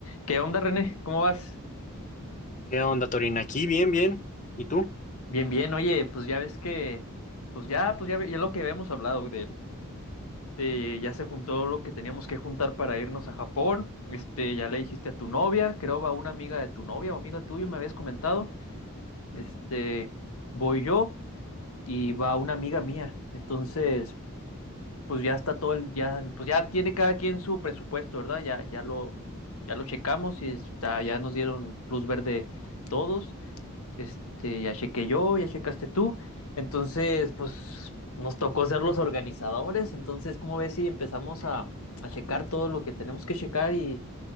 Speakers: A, on the left (about 70°); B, on the left (about 35°).
A: ¿Qué onda, René? ¿Cómo vas?
B: ¿Qué onda, Torín? Aquí, bien, bien. ¿Y tú?
A: Bien, bien. Oye, pues ya ves que, pues ya, pues ya, ve- ya lo que habíamos hablado de, de- ya se juntó lo que teníamos que juntar para irnos a Japón. Este, ya le dijiste a tu novia, creo a una amiga de tu novia o amiga tuya, me habías comentado. Este, voy yo y va una amiga mía. Entonces, pues ya está todo el, ya, pues ya tiene cada quien su presupuesto, ¿verdad? Ya, ya lo, ya lo checamos y está, ya nos dieron luz verde todos. Este, ya chequé yo, ya checaste tú. Entonces, pues nos tocó ser los organizadores. Entonces, ¿cómo ves si empezamos a, a checar todo lo que tenemos que checar y